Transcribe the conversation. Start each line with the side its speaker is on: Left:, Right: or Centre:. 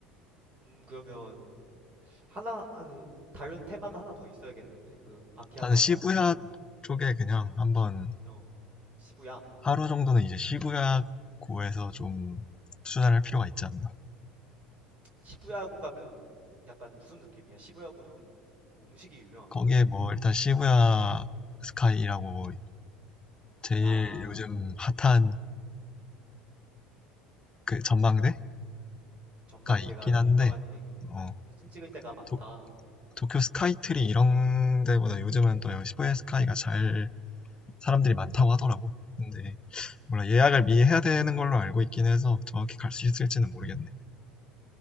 Right: 음 그러면 하나 아, 그 다른 테마가 하나 더 있어야겠는데 그 아키하바라
Left: 나는 시부야
Right: 말고
Left: 쪽에 그냥 한번
Right: 어 시부야
Left: 하루 정도는 이제 시부야 고에서 좀 투자를 할 필요가 있지 않나.
Right: 시부야구 가면 약간 무슨 느낌이야? 시부야구는 뭐 음식이 유명한가
Left: 거기에
Right: 그쪽이?
Left: 뭐 일단 시부야 스카이라고 제일
Right: 아
Left: 요즘 핫한 그 전망대가
Right: 전망대가
Left: 있긴 한데,
Right: 유명한 게
Left: 어,
Right: 사진 찍을 때가 많다.
Left: 도, 도쿄 스카이트리 이런 데보다 요즘은 또 시부야 스카이가 잘 사람들이 많다고
Right: 음,
Left: 하더라고. 근데 몰라 예약을 미리 해야 되는 걸로 알고 있긴 해서 정확히 갈 수 있을지는 모르겠네.